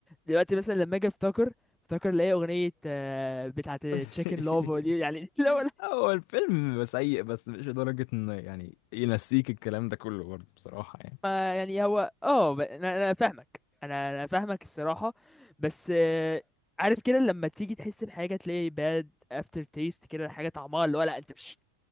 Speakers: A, in the centre; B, on the left.
A: دلوقتي مثلا لما اجي افتكر افتكر الاقي اغنيه آه، بتاعه
B: <laughs>
A: تشيكن لوف دي يعني <laughs> لو
B: هو الفيلم سيء بس مش لدرجة ان يعني ينسيك الكلام ده كله برضه بصراحة يعني
A: ما يعني هو اه ب- انا أنا فاهمك انا انا فاهمك الصراحه بس آه، عارف كده لما تيجي تحس بحاجه تلاقي باد افتر تيست كده حاجه طعمها اللي هو لا انت مش